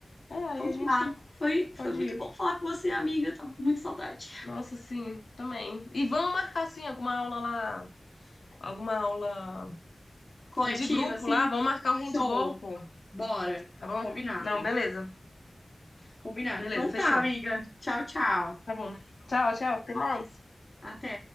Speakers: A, on the left; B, on the left.
A: É, aí
B: Então
A: a gente
B: tá. Foi, foi
A: pode
B: muito
A: ir.
B: bom falar com você, amiga. eu Tava com muita saudade.
A: Nossa, sim, também. E vamos marcar, sim, alguma aula lá, alguma aula
B: Coletiva,
A: de grupo
B: assim.
A: lá, vamos marcar o handball,
B: Show.
A: pô,
B: Bora.
A: tá bom?
B: Combinado.
A: Não, beleza.
B: Combinado.
A: Beleza,
B: Então tá,
A: fechou.
B: amiga. Tchau, tchau.
A: Tá bom. Tchau, tchau, até mais.
B: Até.